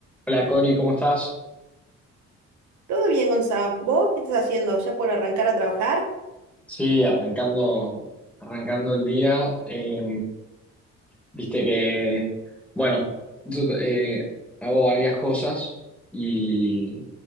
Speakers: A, in the centre; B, on the right.
A: Hola Cori, ¿cómo estás?
B: Todo bien, Gonzalo. ¿Vos qué estás haciendo? ¿Ya por arrancar a trabajar?
A: Sí, arrancando, arrancando el día. eh, viste que, bueno, yo eh, hago varias cosas y,